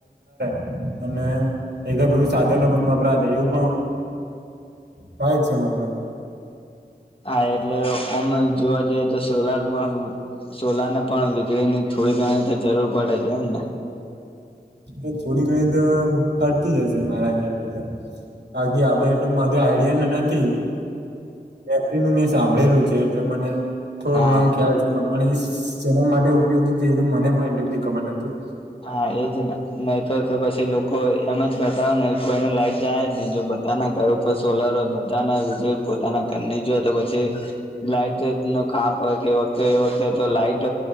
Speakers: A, on the right; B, on the left.
A: <unintelligible> અને એકે બું સાધનો પણ વપરાતા એવું પણ <unintelligible> છે મતલબ!
B: હા! એટલે <unintelligible> જોવા જઈએ તો સોલારમાં સોલર ને પણ વીજળી ની થોડી ઘણી તો જરૂર પડે છે એમ ને!
A: એ થોડી ઘણી તો અડતી જશે મારા ખ્યાલથીધ. આકી આપડે એટલધું આઈડિયાનનથી પણ <unintelligible> તામળેલું છે એટલે મને થોડો
B: હા
A: ઘણો ખ્યાલછે પણ મને ઇસ <inaudible> જેના માટે ઉપયોગી છે મને પણ એટલી બધી ખબર નથી.
B: હા! એજ ને નહી તો તો પછી લોકો એમ <unintelligible> જ કરતા ને કોઈ એને લાઈટ જાય જ નહી જો પોતાના ઘર ઉપર સોલર બધાના વ <unintelligible> પોતાના ઘરની જો તો પછી લાઈટ ક તે વખતે લાઈટ